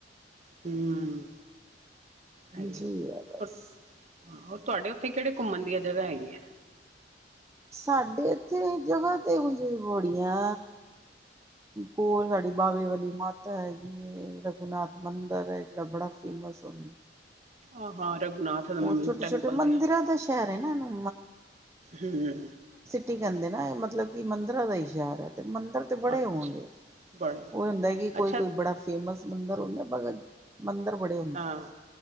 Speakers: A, on the right; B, on the right.
A: ਹੂੰ, ਹੈਗੇ,
B: ਜੀ ਆ ਬਸ
A: ਪ ਹਾਂ, ਔਰ ਤੁਵਾਡੇ ਓਥੇ ਕੇੜੇ ਘੁੰਮਣ ਦੀਆਂ ਜਗਾਂ ਹੈਗੀਆ?
B: ਸਾਡੇ ਇੱਥੇ ਜਗ੍ਹਾ ਤੇ ਉੰਝ ਬੜੀਆ। ਕੋਲ ਸਾਡੀ ਬਾਵੇ ਵਾਲੀ ਮਾਤਾ ਹੈਗੀ। ਏ ਰਘੁਨਾਥ ਮੰਦਰ ਐ, ਜੇੜਾ ਬੜਾ ਫੇਮਸ ਹੋੰ
A: ਆਹਾਂ, ਰਘੁਨਾਥ ਆਲਾ ਮੰ
B: ਛੋਟੇ
A: ਟੈਂਪਲ
B: ਛੋਟੇ ਮੰਦਿਰਾਂ
A: ਤੇ,
B: ਦਾ ਸ਼ਹਿਰ ਹੈ ਨਾ ਇਹਨੂੰ
A: ਹੂੰ।
B: ਟੀ ਕੈੰਦੇ ਨਾ ਏ, ਮਤਲਬ ਕਿ ਮੰਦਰਾ ਦਾ ਈ ਸ਼ਹਿਰ ਐ ਤੇ, ਮੰਦਰ ਤੇ ਬੜੇ
A: ਅੱਛਾ
B: ਹੋਣਗੇ,
A: ਬੜੇ
B: ਓਈ ਹੁੰਦੈ ਕਿ ਕੋਈ-ਕੋਈ
A: ਅੱਛਾ
B: ਬੜਾ ਫੇਮਸ ਮੰਦਰ ਹੁੰਦਾ, ਬਗਤ ਮੰਦਰ ਬੜੇ ਹੋਂ
A: ਹਾਂ।